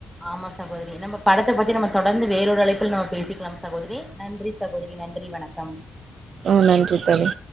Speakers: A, in the centre; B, on the right (about 70°).
A: ஆமா சகோதரி நம்ம படத்த பத்தி நம்ம தொடந்து வேறொரு அழைப்பில் நா பேசிக்லாம் சகோதரி நன்றி சகோதரி நன்றி வணக்கம்
B: ஓ நன்றி தோழி